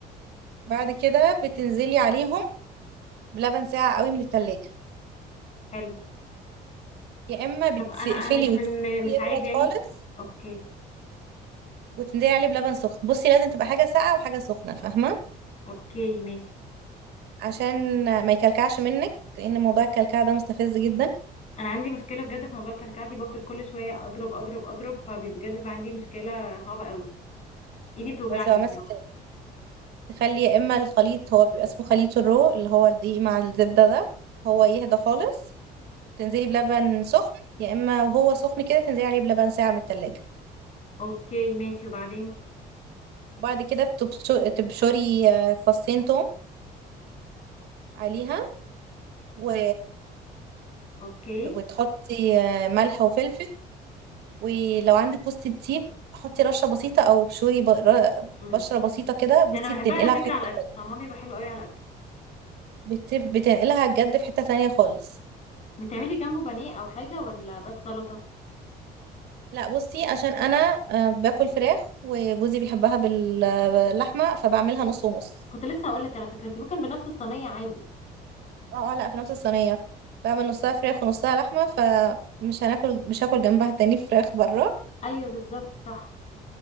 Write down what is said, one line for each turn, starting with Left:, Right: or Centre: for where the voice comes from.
Right: بعد كده بتنزلي عليهم بلبن ساقع قوي من التلاجة
Left: حلو
Right: يا اما بتقفلي
Left: طب انا مش
Right: وتسيبيه
Left: من مش عادي
Right: يبرد
Left: يعني
Right: خالص
Left: اوكي
Right: وتنزلي عليه بلبن سخن بصي لازم تبقى حاجة ساقعة وحاجة سخنة فاهمة
Left: اوكي ماشي
Right: عشان ما يكلكعش منك لان موضوع الكلكعه ده مستفز جدا
Left: انا عندي مشكله بجد في موضوع الكلكعه دي بفضل كل شويه اضرب اضرب اضرب فبجد بيبقى عندي مشكله صعبه قوي ايدي بتوجعني
Right: وانت لو
Left: بصراحه
Right: ماسك تخلي يا اما الخليط هو بيبقى اسمه خليط الرو اللي هو الدقيق مع الزبده ده هو يهدى
Left: ماشي
Right: خالص تنزلي بلبن سخن يا اما وهو سخن كده تنزلي عليه بلبن ساعه من التلاجة
Left: اوكي ماشي وبعدين
Right: وبعد كده بتبشو- تبشري آه، فصين توم عليها و...
Left: اوكي
Right: وتحطي آه، ملح وفلفل ولو عندك جوز الطيب حطي رشه بسيطه او ابشري ب- ر-
Left: امم
Right: بشره بسيطه كده
Left: انا
Right: بصي
Left: بحبها
Right: بتنقلها
Left: على
Right: في
Left: فكره
Right: حته
Left: على الاكل طعمها بيبقى حلو قوي على الاكل
Right: بت- بتنقلها بجد في حتة تانية خالص
Left: بتعملي جنبه بانيه او حاجه ولا بس سلطه
Right: لا بصي عشان انا آه، باكل فراخ وجوزي بيحبها بال- باللحمة فبعملها نص ونص
Left: كنت لسه هقول لك على فكره انت ممكن بنفس الصينيه عادي
Right: اه اه لا في نفس الصينية بعمل نصها فراخ ونصها لحمة فمش هناكل مش هاكل جنبها تاني فراخ بره
Left: ايوه بالظبط صح